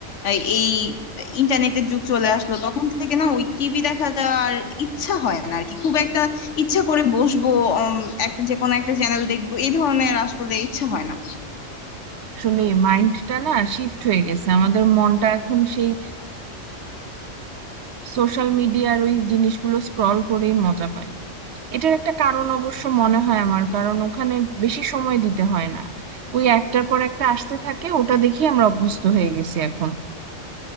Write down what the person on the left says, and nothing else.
আহ, এই ইন্টারনেটের যুগ চলে আসলো তখন থেকে না ওই টিভি দেখাটা আর ইচ্ছা হয় না আর কি খুব একটা ইচ্ছা করে বসবো উম, একটা যে কোনো একটা চ্যানেল দেখবো এই ধরনের আসলে ইচ্ছা হয় না